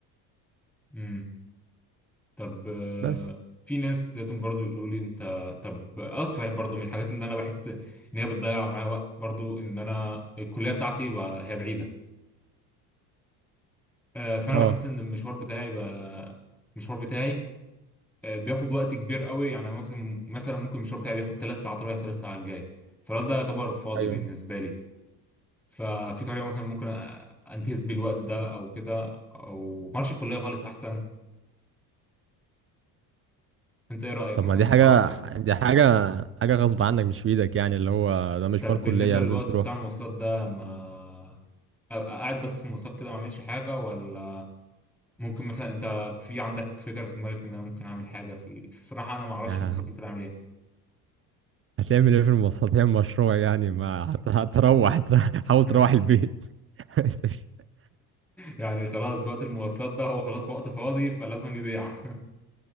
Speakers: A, in the centre; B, on the right.
A: امم. طب آه،
B: بس
A: في ناس لقيتهم برضو يقولوا لي انت طب اه صحيح برضو من الحاجات اللي انا بحس ان هي بتضيع معايا وقت برضو ان انا الكليه بتاعتي بقى هي بعيده آه، فانا
B: اه
A: بحس ان المشوار بتاعي بقى المشوار بتاعي آه، بياخد وقت كبير قوي يعني أنا مثلا مثلا ممكن المشوار بتاعي بياخد ثلاث ساعات رايح ثلاث ساعات جاي فالوقت ده يعتبر فاضي
B: ايوه
A: بالنسبه لي ففي طريقه مثلا ممكن أ- انتهز بيه الوقت ده او كده او ما اعرفش الكليه خالص احسن انت ايه رايك
B: طب
A: مثلا
B: ما دي
A: في
B: حاجة
A: الحوار ده
B: دي حاجة حاجة غصب عنك مش في ايدك يعني اللي هو ده مشوار
A: طب
B: كلية
A: بالنسبة
B: لازم
A: للوقت
B: تروح
A: بتاع المواصلات ده ما أبقى قاعد بس في المواصلات كده ما اعملش حاجة ولا ممكن مثلا انت في عندك فكرة في دماغك ان انا ممكن اعمل حاجة في الصراحة انا ما اعرفش
B: يعني
A: في المواصلات ممكن اعمل ايه
B: هتعمل ايه في المواصلات هتعمل مشروع يعني ما هت- هتروح هتر- حاول
A: <laughs>
B: تروح البيت <laughs>
A: يعني خلاص وقت المواصلات ده هو خلاص وقت فاضي فلازم يضيع <laughs>